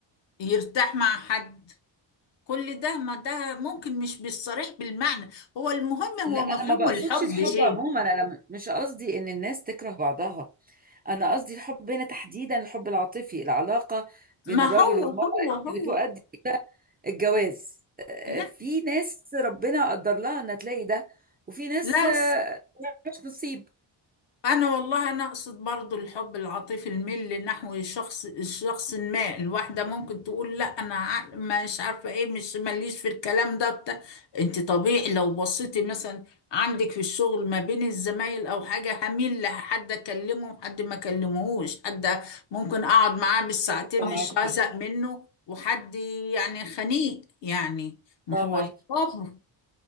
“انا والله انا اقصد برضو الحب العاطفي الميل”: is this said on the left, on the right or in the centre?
Left